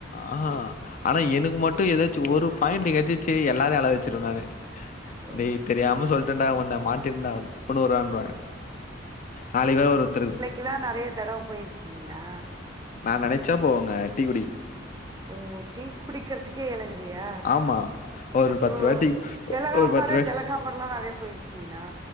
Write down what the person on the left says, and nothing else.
ஆ ஆனா எனக்கு மட்டு எதாச்சு ஒரு பாய்ண்டு கெட்ச்சுச்சி எல்லாரையு அழ வச்சு சிருவ நானு
டேய் தெரியாம சொல்ட டா உன்ன மாட்டிருந்தா கூட வருவான்வ‌ நாளைக்கு வேற ஒருத்தரு
நா நெனச்சா போவங்க டி
ஆமா ஒரு
பத்து ரூவா டீ
ஒரு பத்து ரூவா